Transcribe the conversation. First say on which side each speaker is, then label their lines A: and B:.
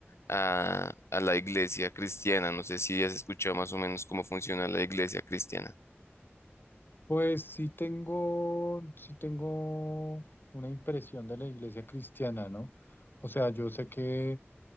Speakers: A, on the left; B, on the left.
A: a, a la iglesia cristiana. No sé si has escuchado más o menos cómo funciona la iglesia cristiana.
B: Pues sí tengo, sí tengo una impresión de la iglesia cristiana, ¿no? O sea, yo sé que